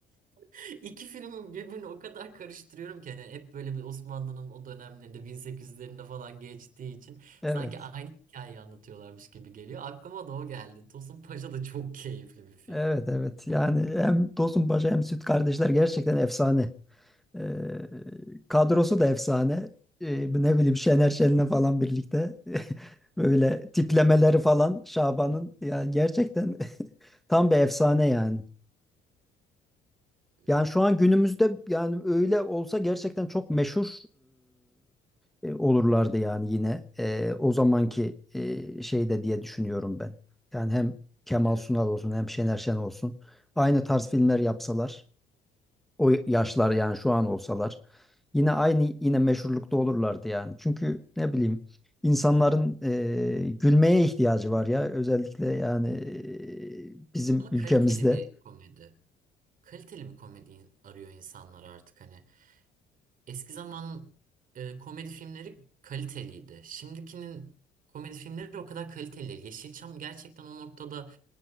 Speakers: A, on the right (about 55°); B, in the centre.
A: <laughs> iki filmin birbirini o kadar karıştırıyorum ki hani hep böyle bir Osmanlı'nın o dönemlerinde 1800'lerinde falan geçtiği için
B: Evet.
A: sanki aynı hikayeyi anlatıyorlarmış gibi geliyor. Aklıma da o geldi. Tosun Paşa da çok keyifli bir film.
B: Evet evet yani hem Tosun Paşa hem Süt Kardeşler gerçekten efsane. Ee, kadrosu da efsane. Ee, ne bileyim Şener Şen'le falan birlikte <laughs> böyle tiplemeleri falan Şaban'ın yani gerçekten <laughs> tam bir efsane yani.
A: Ee,
B: Yani şu an günümüzde yani öyle olsa gerçekten çok meşhur e, e, olurlardı yani yine E, o zamanki e, şeyde diye düşünüyorum ben. Yani hem Kemal
A: Evet
B: Sunal
A: doğru.
B: olsun hem Şener Şen olsun aynı tarz filmler yapsalar o yaşlar yani şu an olsalar yine aynı yine meşhurlukta olurlardı yani. Çünkü ne bileyim insanların e, gülmeye ihtiyacı var ya özellikle yani e, bizim
A: Ama
B: ülkemizde.
A: kaliteli bir komedi. Kaliteli bir komedi in- arıyor insanlar artık hani. eski zamanın e, komedi filmleri kaliteliydi. Şimdikinin komedi filmleri o kadar kaliteli değil. Yeşilçam gerçekten o noktada